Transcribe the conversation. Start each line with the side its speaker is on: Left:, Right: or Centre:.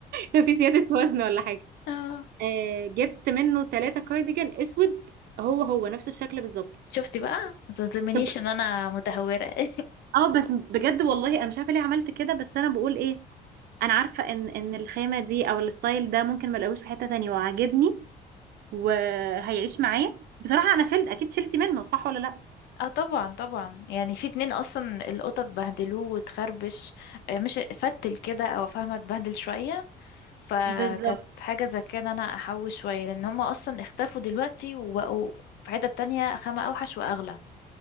Right: لو في زيادة وزن ولا حاجة
Left: آه،
Right: آه جبت منه ثلاثة كارديجان اسود هو هو نفس الشكل بالظبط
Left: شفتي بقى ما تظلمنيش
Right: طب
Left: ان انا متهوره <laughs>
Right: اه بس بجد والله انا مش عارفة ليه عملت كده بس انا بقول ايه انا عارفة ان ان الخامة دي او الستايل ده ممكن ما الاقوش في حتة تانية وعاجبني وهيعيش معايا بصراحة انا شلت اكيد شلت منه صح ولا لا
Left: اه طبعا طبعا يعني في اتنين اصلا القطط بهدلوه وتخربش آه، مش فتل كده او فاهمه اتبهدل شويه فكانت
Right: بالظبط
Left: حاجه زي كده انا احوش شويه لان هما اصلا اختفوا دلوقتي وبقوا في حته تانية خامة اوحش واغلى